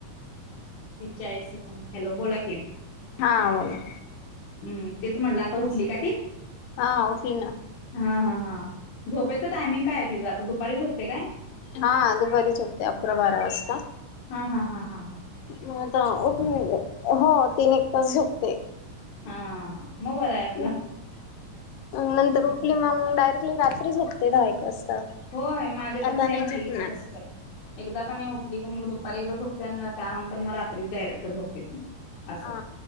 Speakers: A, on the left; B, on the left.
A: तीस-चाळीस सेकंद, हॅलो बोला की.
B: हा बोला.
A: हम्, तेच म्हणलं आता उठली का ती?
B: हा उठली ना.
A: हं, हं, हं, झोपेचं टायमिंग काय आहे तिचं. आता दुपारी झोपते काय?
B: हा दुपारीच झोपते, अकरा-बारा वाजता.
A: हा, हा, हा, हा, हां.
B: म आता उठून, हो तीन एक तास झोपते.
A: हा. मग बरं आहे आप
B: मंग नंतर उठली
A: काय
B: मग, डायरेक्टली रात्री झोपते दहा एक वाजता.
A: होय, माझ्या पण
B: आता
A: सेम
B: नाही
A: मुलगीच
B: झोपणार
A: तसंच आहे. एकदा का नाही उठली की, मग दुपारी एकदा झोपते. आणि त्यानंतर मग रात्रीच डायरेक्ट झोपते.. असंय.
B: हा